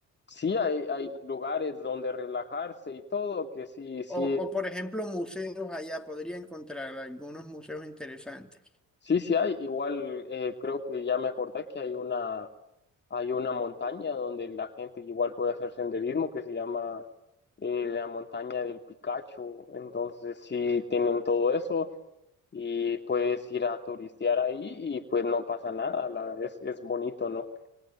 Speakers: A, on the left (about 35°); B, in the centre.
A: sí hay, hay lugares donde relajarse y todo, que sí, sí
B: O, o, por ejemplo, museos allá, podría encontrar algunos museos interesantes.
A: Sí, sí hay. Igual eh, creo que ya me acordé que hay una, hay una montaña donde la gente igual puede hacer senderismo que se llama eh, la montaña del Picacho. Entonces sí tienen todo eso y puedes ir a turistear ahí y pues no pasa nada. la- es, es bonito, ¿no?